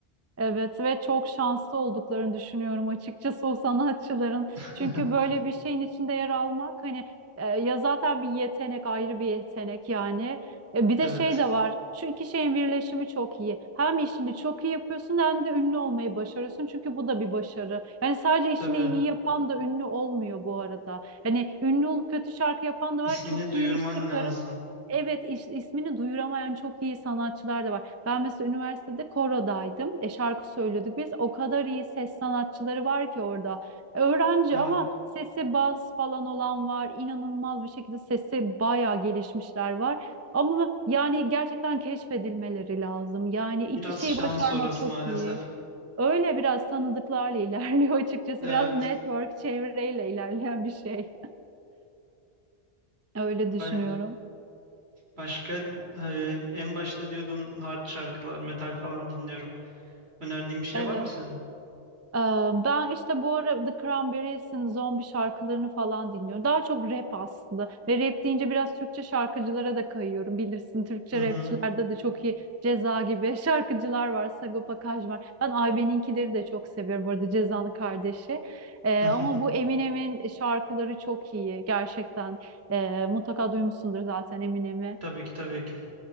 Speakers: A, on the right; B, on the right.
A: evet ve çok şanslı olduklarını düşünüyorum açıkçası o sanatçıların.
B: <laughs>
A: Çünkü böyle bir şeyin içinde yer almak hani e, ya zaten bir yetenek ayrı bir yetenek yani. E, bir
B: Evet,
A: de şey de var. Şu iki şeyin birleşimi çok iyi. Hem işini çok iyi yapıyorsun hem de ünlü olmayı başarıyorsun. Çünkü bu da bir başarı. Yani sadece işini
B: tabii
A: iyi yapan da ünlü olmuyor bu arada. Hani ünlü olup kötü şarkı yapan da
B: ismini
A: var. Çok
B: duyurman
A: iyi iş çıkarıp
B: lazım.
A: Evet, is- ismini duyuramayan çok iyi sanatçılar da var. Ben mesela üniversitede korodaydım. E, şarkı söylüyorduk biz. O kadar iyi ses sanatçıları var ki orada. Öğrenci
B: Evet,
A: ama sesi bas falan olan var. İnanılmaz bir şekilde sesi bayağı gelişmişler var. Ama yani gerçekten keşfedilmeleri lazım. Yani iki
B: biraz
A: şeyi
B: şans
A: başarmak
B: orası
A: çok
B: maalesef.
A: iyi. Öyle biraz tanıdıklarla ilerliyor <laughs> açıkçası.
B: Evet,
A: Biraz network çevreyle ilerleyen bir şey. Öyle düşünüyorum.
B: ba- başka e, en başta diyordun hard şarkılar, metal falan dinliyorum. Önerdiğin bir şey
A: Evet.
B: var mı senin?
A: Ee, Ben işte bu ara The Cranberries'in zombi şarkılarını falan dinliyorum. Daha çok rap aslında. Ve rap deyince biraz Türkçe şarkıcılara da kayıyorum. Bilirsin Türkçe
B: Hı hı.
A: rapçilerde de çok iyi Ceza gibi <laughs> şarkıcılar var. Sagopa Kajmer. var. Ben Ayben'inkileri de çok seviyorum. Bu arada Ceza'nın kardeşi. Ee,
B: <laughs>
A: ama bu Eminem'in şarkıları çok iyi. Gerçekten. Ee, mutlaka duymuşsundur zaten Eminem'i.
B: Tabii ki tabii ki.